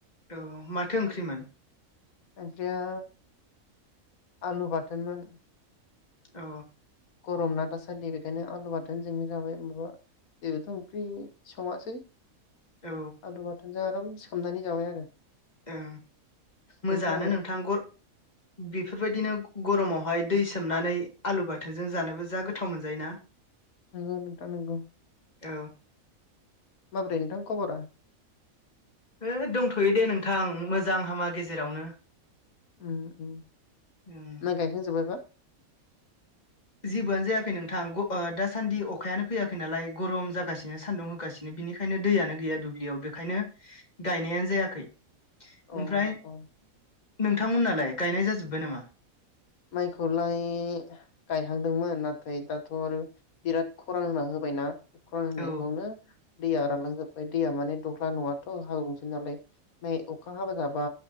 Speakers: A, on the left; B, on the left.
A: औ माथो ओंख्रिमोन?
B: ओंख्रिया आलु बाथोनमोन।
A: अ
B: गरम ना दासान्दि बेखायनो आलु बाथोन जोंनो जाबाय माबा जेबोथ' ओंख्रि सङासै।
A: औ
B: आलु बाथोनजों आराम सोमनानै जाबाय आरो।
A: औ
B: नोंथाङालाय
A: मोजाङानो नोंथां बेफोर बायदिनो गरमावहाय दै सोमनानै आलु बाथोनजों जानोबो जा गोथाव मोनजायोना?
B: नंगौ नोंथां नंगौ।
A: औ।
B: माबोरै नोंथां खबरा
A: हो दंथ'यो दे नोंथां मोजां हामा गेजेरावनो
B: उम उम
A: उम
B: माइ गायखांजोबबायबा
A: जेबोआनो जायाखै नोंथां दासान्दि अखायानो फैयाखै नालाय गरम जागासिनो सान्दुं होगासिनो। बिनिखायनो दैयानो गैया दुब्लियाव बेखायनो गायनायानो जायाखै।
B: अ
A: ओमफ्राय
B: अ
A: नोंथांमोननालाय गायनाय जाजोब्बाय नामा?
B: माइखौलाय गायहांदोंमोन नाथाय दाथ' आरो बिराद खरान होना होबायना। खरान होननायखौनो
A: औ
B: दैया रानलांजोब्बाय दैया माने दह्ला नङाथ' हाब्रुसो नालाय अखा हाबाय थाबा